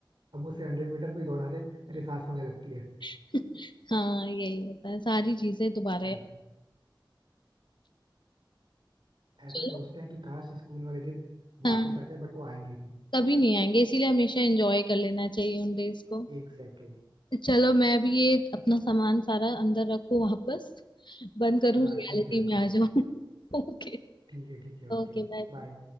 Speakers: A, on the right; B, on the left.
A: अब मुझसे हंड्रेड मीटर कोई दौड़ा दे मेरे सांस फूलने लगती है
B: <laughs> हाँ यही होता है सारी चीजें दोबारा
A: वो तो है। ऐसा
B: चलो
A: सोचते हैं कि काश स्कूल वाले दिन
B: हाँ
A: वापिस आ जाए बट वो आएंगे ही नहीं
B: कभी नहीं आएंगे इसीलिए हमेशा एंजॉय कर लेना चाहिए उन डेज को
A: Exactly exactly.
B: चलो मैं भी ये अपना सामान सारा अंदर रखूं वापस बंद करूं
A: हाँ
B: रियलिटी
A: ठीक है रख
B: में
A: लो
B: आ
A: आप
B: जाऊं <laughs> ओके
A: ठीक है ठीक है ओके
B: ओके बाय
A: बाय